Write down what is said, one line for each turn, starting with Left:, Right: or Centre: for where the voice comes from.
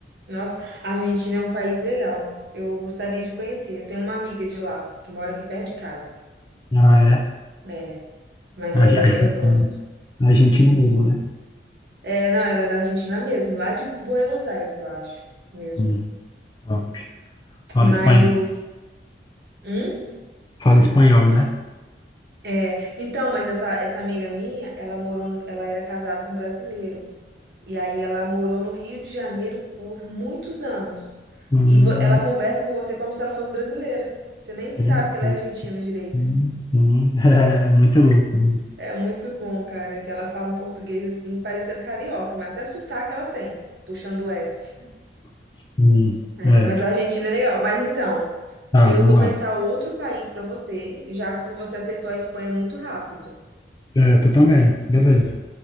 Right: Nossa, a Argentina é um país legal. Eu gostaria de conhecer. Eu tenho uma amiga de lá, que mora aqui perto de casa.
Left: ah é
Right: É, mas
Left: a
Right: é,
Left: Ge- a Argentina,
Right: eu gosto.
Left: a Argentina mesmo, né?
Right: É, não, ela é da Argentina mesmo, lá de Buenos Aires, eu acho, mesmo.
Left: Hum, top. Fala
Right: Mas,
Left: espanhol.
Right: hum?
Left: Fala espanhol, né?
Right: É, então, mas essa, essa amiga minha, ela morou, ela era casada com um brasileiro. E aí ela morou no Rio de Janeiro por muitos anos.
Left: Hum,
Right: E vo- ela conversa com você como se ela fosse brasileira. Você nem sabe
Left: que louco.
Right: que ela é argentina direito.
Left: Hum, Sim, <laughs> é muito louco. né?
Right: É muito bom, cara, que ela fala um português assim, parecendo carioca, mas até sotaque ela tem, puxando o S.
Left: Sim,
Right: É,
Left: é.
Right: mas a Argentina é legal. Mas então,
Left: Tá,
Right: eu
Left: vamos
Right: vou pensar
Left: lá.
Right: outro país pra você, já que você acertou a Espanha muito rápido.
Left: É, tu também, beleza.